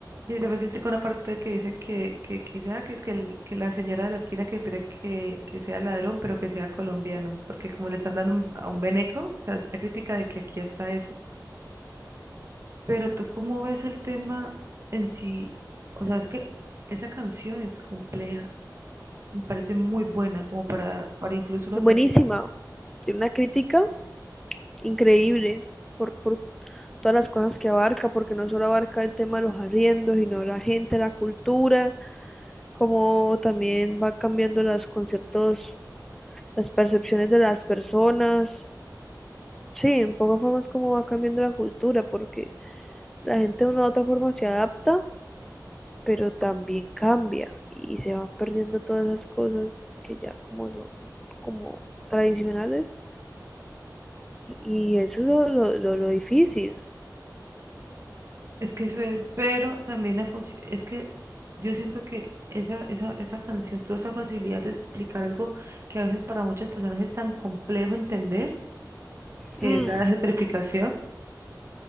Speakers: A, on the right (about 40°); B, in the centre.
A: Y también critico una parte que dice que, que, que, sea- que es que, el- que la señora de la esquina que espera que, que sea ladrón, pero que sea colombiano, porque como le están dando un- a un beneco, o sea, la crítica de que aquí está eso. Pero tú cómo ves el tema en sí, o sea, es que esa canción es compleja, me parece muy buena, como para, para incluso uno
B: Buenísima, tiene una crítica increíble por, por todas las cosas que abarca, porque no solo abarca el tema de los arriendos, sino la gente, la cultura, como también va cambiando los conceptos, las percepciones de las personas. Sí, en pocas formas como va cambiando la cultura, porque la gente de una u otra forma se adapta pero también cambia y se van perdiendo todas esas cosas que ya como son como tradicionales y eso es lo, lo, lo difícil.
A: Es que eso es, pero también la fos- es que yo siento que esa, esa, esa canción, toda esa facilidad de explicar algo que a veces para muchas personas es tan complejo entender, que
B: Mm,
A: es la gentrificación,